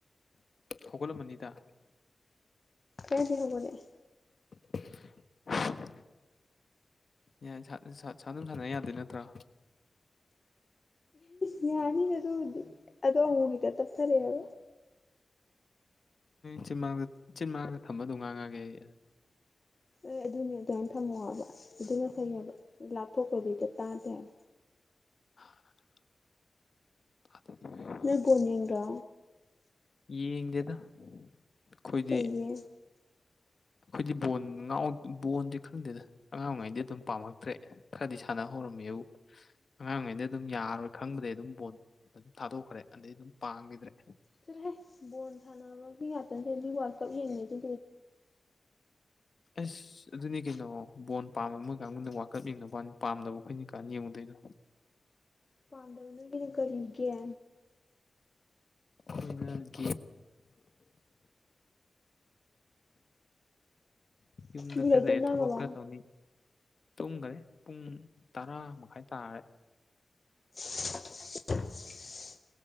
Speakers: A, on the left; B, on the left.
A: ꯍꯧꯒꯠꯂꯝꯃꯅꯤꯗ
B: ꯀꯁ ꯍꯕꯅꯦꯦ
A: <unintelligible> ꯌꯥꯏ ꯁꯥꯟ ꯑꯗꯨꯝ ꯁꯥꯟꯅ ꯌꯥꯗꯣꯏ ꯅꯠꯇ꯭ꯔꯣ
B: ꯌꯥꯅꯤ ꯑ ꯑꯗꯨ ꯑꯗꯨꯗ ꯑꯃꯗ ꯇꯞ ꯐꯔꯦ ꯍꯥꯏꯕ
A: ꯆꯤꯟꯃꯥꯛꯗ ꯆꯤꯟꯃꯥꯛꯗ ꯊꯝꯕ ꯑꯗꯨꯝ ꯉꯥꯡꯉꯒꯦ ꯑꯩ
B: ꯑꯦ ꯑꯗꯨꯅꯦ ꯑꯗꯨꯃꯥꯏꯅ ꯊꯝꯃꯣ ꯍꯥꯏꯕ ꯑꯗꯨꯅ ꯐꯩꯅꯦꯕ ꯂꯥꯞꯊꯣꯛꯄꯗꯤ ꯆ ꯇꯥꯗꯦ ꯍꯥꯏꯕ
A: <unintelligible> ꯑ
B: ꯃ ꯣꯅꯤꯡꯒ
A: ꯌꯦꯡꯗꯦꯗ ꯑꯩꯈꯣꯏꯗꯤ
B: ꯀꯩꯒꯤ
A: ꯑꯩꯈꯣꯏꯗꯤ ꯕꯣꯟ ꯕꯣꯟꯗꯤꯦ ꯈꯪꯗꯦꯗ ꯑꯉꯥꯡꯉꯩꯗꯤ ꯑꯗꯨꯝ ꯄꯥꯝꯃꯛꯇ꯭ꯔꯦ ꯈꯔꯗꯤ ꯁꯥꯟꯅ ꯍꯧꯔꯝꯃꯦꯕꯨ ꯑꯉꯥꯡꯉꯩꯗꯩ ꯑꯗꯨꯝ ꯌꯥꯔꯔꯣꯏ ꯈꯪꯕꯗꯒꯤꯩ ꯑꯗꯨꯝ ꯕꯣꯣꯟ ꯑꯗꯨꯝ ꯊꯥꯗꯣꯛꯈ꯭ꯔꯦ ꯑꯗꯩ ꯑꯗꯨꯝ ꯄꯥꯡꯈꯤꯗ꯭ꯔꯦ
B: ꯆꯠꯍꯦ ꯕꯣꯜ ꯁꯥꯟꯅꯕꯒꯤ ꯉꯥꯛꯇꯁ ꯑꯗꯨ ꯋꯥꯔꯜꯗ ꯀꯞ ꯌꯦꯡꯉꯦꯗꯨ
A: ꯑ ꯑ ꯑꯗꯨꯅꯤ ꯀꯩꯅꯣ ꯕꯣꯟ ꯄꯥꯝꯕ ꯑꯃꯣꯏ ꯀꯥꯡꯕꯨꯗ ꯋꯥꯀꯞ ꯌꯦꯡꯅꯕ ꯄꯥꯝꯗꯅꯕ ꯑꯩꯈꯣꯏꯅꯤ ꯀꯥꯟꯅ ꯌꯦꯡꯉꯨꯗꯣꯏꯅꯣ
B: ꯄꯥꯝꯗ ꯃꯅ ꯀ ꯔꯤꯒ
A: <unintelligible> ꯌꯨꯝꯗ
B: ꯃꯤ
A: ꯈꯔ
B: ꯂꯣꯏ
A: ꯂꯩꯦ
B: ꯇꯨꯝꯅꯈ꯭ꯔꯕꯣ
A: ꯊꯕꯛ ꯈꯔ ꯇꯧꯅꯤ ꯇꯨꯡꯈꯔꯦ ꯄꯨꯡ ꯇꯔꯥ ꯃꯈꯥꯏ ꯇꯥꯔꯦ
B: <unintelligible>